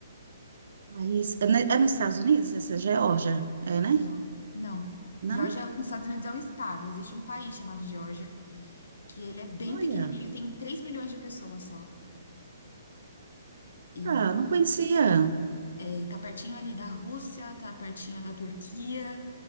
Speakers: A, on the right; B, on the left.
A: País, é, ne- é nos Estados Unidos, essa é Geórgia, é, né?
B: Não, não.
A: Não?
B: Geórgia, nos Estados Unidos é um estado. Existe um país chamado Geórgia, que ele é bem
A: Olha,
B: pequenininho, ele tem 3 milhões de pessoas só. E
A: ah, não conhecia.
B: É, e tá pertinho ali da Rússia, tá pertinho da Turquia.